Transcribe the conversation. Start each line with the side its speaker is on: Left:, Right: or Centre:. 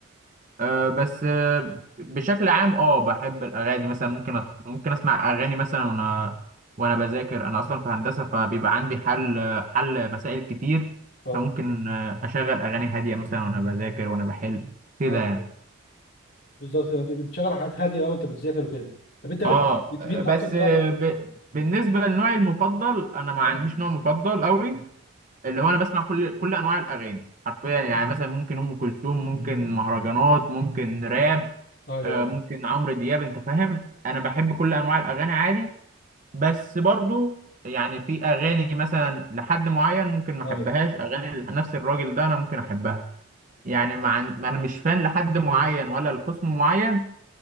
Right: أه بس أه بشكل عام اه بحب الاغاني مثلا ممكن أت... ممكن اسمع اغاني مثلا وانا وانا بذاكر انا اصلا في هندسه فبيبقى عندي حل حل مسائل كتير
Left: طب
Right: فممكن آه، اشغل اغاني هاديه مثلا وانا بذاكر وانا بحل كده
Left: أيوة،
Right: يعني
Left: أيوة. بالظبط أنت بتشغل حاجات هاديه بقى وانت بتذاكر وكده طب انت
Right: اه
Left: بتميل
Right: آه، بس
Left: اكتر بقى
Right: آه، ب... بالنسبه لنوعي المفضل انا ما عنديش
Left: آه،
Right: نوع مفضل قوي اللي هو انا بسمع كل كل انواع الاغاني حرفيا يعني مثلا ممكن ام كلثوم ممكن مهرجانات ممكن راب
Left: ايوه
Right: آه،
Left: ايوه
Right: ممكن عمرو دياب انت فاهم انا بحب كل انواع الاغاني عادي بس برضو يعني في اغاني مثلا لحد معين ممكن ما
Left: ايوه
Right: احبهاش اغاني نفس الراجل ده انا ممكن احبها يعني مع إن- انا مش فان لحد معين ولا لقسم معين